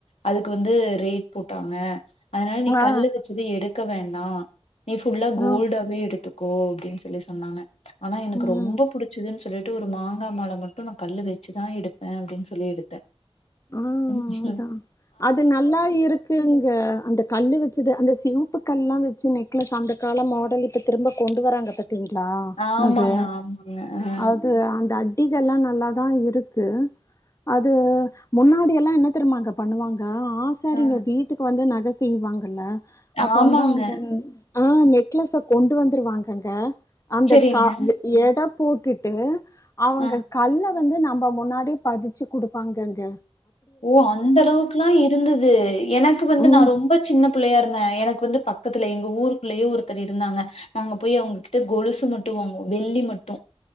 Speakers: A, on the left; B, on the left.
A: அதுக் வந்து ரேட் போட்டாங்க அதனால நீ
B: ஆ
A: கல்லு வச்சது எடு க்க வேண்னா நீ புல்லா கோல்டாவே
B: ம்
A: எடுத்துக் கோ அப்டின்னு சொல்லி சொன்னாங்க ஆனா எனக்கு
B: ம்
A: ரொம்ப புடிச்சதுன் சொல்லிட்டு ஒரு மாங்கா மால மட்டும் நா கல்லு வச்சுதா எடுப்பே அப்டின்னு சொல்லி எடுத்த
B: ம்
A: <unintelligible>
B: அதா அது நல்லா இருக்குங்க அந்த கல்லு வச்சது அந்த சிவுப்பு கல்லா வச்சு நெக்லஸ் அந்த கால மாடல் இப்ப திரும்ப கொண்டு வராங்கத்த திங்ளா
A: ஆமாங்க,
B: அது
A: ஆமாங்க. அ.
B: அது அந்த அட்டிகெல்லா நல்லாதா இருக்கு அது முன்னாடி எல்லா என்ன தெரிமாங்க பண்ணுவாங் க ஆசாரிங்க
A: அ.
B: வீட்டுக்கு வந்து ந நக செய்வாங்கல்ல
A: ஆமாங்க.
B: அப்ப வந்து அவங்கன் ஆஹ நெக்லஸ்ஸ கொண்டு வந்துருவாங்கங்க அந்த
A: சரிங்க.
B: கா வெ எடப் போட்டுட்டு அவங்க
A: அ.
B: கல்ல வந்து நம்ப முன்னாடி பதிச்சு குடுப்பாங்கங்க
A: ஓ அந்த அளவுக்குலா இருந்துது எனக்கு வந்து
B: உம்
A: நா ரொம்ப சின்ன பிள்ளையா இருந்த எனக்கு வந்து பக்கத்துல எங்க ஊருக்குள்ளயே ஒருத்தர் இருந்தாங்க நாங்க போய் அவங்ககிட்ட கொலுசு மட்டு வாங்குவோ வெள்ளி மட்டு